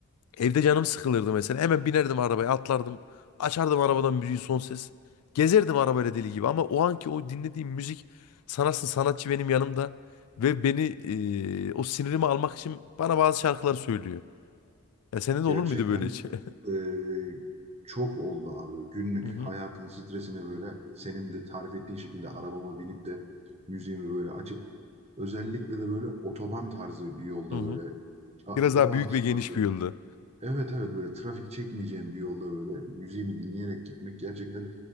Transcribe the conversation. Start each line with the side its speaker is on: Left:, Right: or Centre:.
Left: Evde canım sıkılırdı mesela. Hemen binerdim arabaya, atlardım. Açardım arabadan müziği son ses. Gezerdim arabayla deli gibi ama o anki o dinlediğim müzik sanatçı sanatçı benim yanımda ve beni e, o sinirimi almak için bana bazı şarkılar söylüyor. Ya sende de
Right: Gerçekten
Left: olur muydu böyle hiç? <laughs>
Right: eee, çok oldu abi. Günlük
Left: Hı hı.
Right: hayatın stresine böyle senin de tarif ettiğin şekilde arabama binip de müziğimi böyle açıp özellikle de böyle otoban tarzı bir yolda
Left: Hı hı.
Right: böyle a-
Left: Biraz
Right: yavaş
Left: daha büyük ve geniş
Right: yavaş böyle.
Left: bir yolda.
Right: Evet evet böyle trafik çekmeyeceğim bir yolda böyle müziğimi dinleyerek gitmek gerçekten